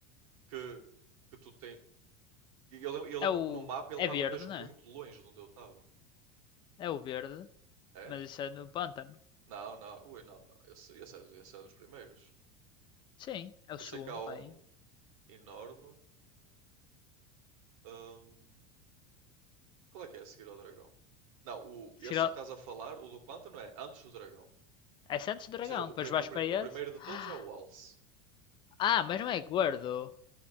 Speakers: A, on the right; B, on the left.
A: que, que tu tem. e Eu lembro, eu lembro
B: É o.
A: que no mapa ele
B: É
A: estava
B: verde,
A: mesmo
B: não
A: muito
B: é?
A: longe de onde eu estava.
B: É o verde.
A: É?
B: Mas isso é no pântano.
A: Não, não, ui, não, não. Esse, esse, é, esse é dos primeiros.
B: Sim, é
A: Eu
B: o segundo,
A: sei que há um
B: pai.
A: enorme. hum, Qual é que é a seguir ao dragão? Não, o, esse
B: Tira-
A: que estás a falar, o do pântano, é antes do dragão. Ou
B: É Santos Dragão.
A: seja, o,
B: Depois
A: pri-
B: vais
A: o pri-
B: para esse.
A: o primeiro de
B: <gasps>
A: todos é o Alce.
B: Ah, mas não é gordo.